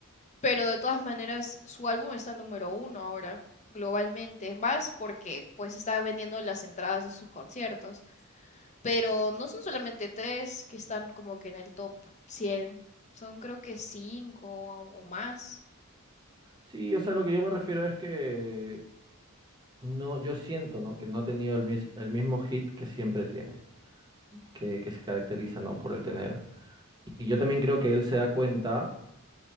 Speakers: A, on the left; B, on the right.
A: Pero de todas maneras, su álbum está número uno ahora, globalmente, más porque pues está vendiendo las entradas de sus conciertos. Pero no son solamente tres que están como que en el top 100, son creo que cinco o o más.
B: Sí, o sea, lo que yo me refiero es que no, yo siento, ¿no? Que no ha tenido el mismo, el mismo hit que siempre tiene, que, que se caracteriza, ¿no? Por el tener. Y yo también creo que él se da cuenta